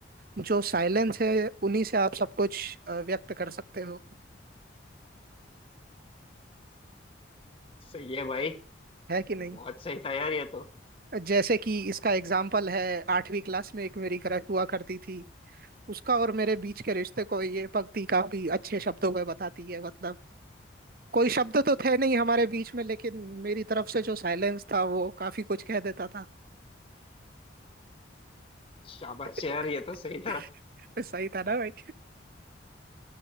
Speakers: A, on the right; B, on the left.
A: जो साइलेंस है उन्हीं से आप सब कुछ अ, व्यक्त कर सकते हो
B: सही है भाई
A: है कि नहीं
B: बहुत सही था यार ये तो
A: जैसे कि इसका एग्जाम्पल है आठवीं क्लास में एक मेरी क्रश हुआ करती थी उसका और मेरे बीच के रिश्ते को ये पंक्ति काफी अच्छे शब्दों में बताती है मतलब कोई शब्द तो थे नहीं हमारे बीच में लेकिन मेरी तरफ से जो साइलेंस था वो काफी कुछ कह देता था
B: शाबाश
A: <laughs>
B: यार ये तो सही था
A: सही था ना भाई